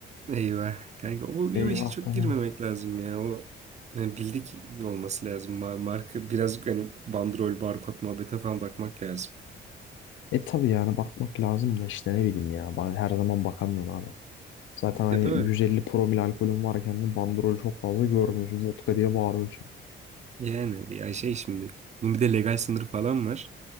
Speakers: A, on the right (about 35°); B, on the left (about 75°).
A: Eyvah. Kanka o,
B: Eyvah
A: o işe çok
B: tabii.
A: girmemek lazım ya. O yani bildik olması lazım. Ma- Marka birazcık hani bandrol, barkod muhabbete falan bakmak lazım.
B: E tabii yani bakmak lazım da işte ne bileyim ya. Ben her zaman bakamıyorum abi. Zaten hani
A: Ya doğru.
B: 150 promil alkolün varken de bandrol çok fazla görmüyorsun. Vodka diye bağırıyorsun.
A: Yani ya şey şimdi bunun bir de legal sınırı falan var.